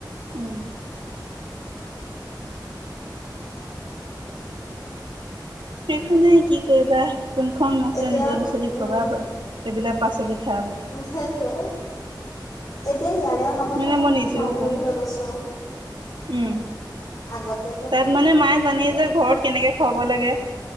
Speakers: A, on the right; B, on the left.
A: উম। একো নাই কি কৰিবা, কোনখন মুখ
B: এতিয়া
A: লৈ নিজৰ পাচলি
B: উম
A: খুৱাবা আকৌ। সেইবিলাক পাচলি খা বুলি।
B: সেইটোয়ে এতিয়া ইয়ালৈ অহাৰ পাচত
A: মানে
B: মই
A: নিজেও
B: কমজুৰি
A: কম
B: হৈ গৈছো।
A: উম।
B: আগতে
A: তাত মানে মায়ে জানেই যে ঘৰত কেনেকে খুৱাব লাগে।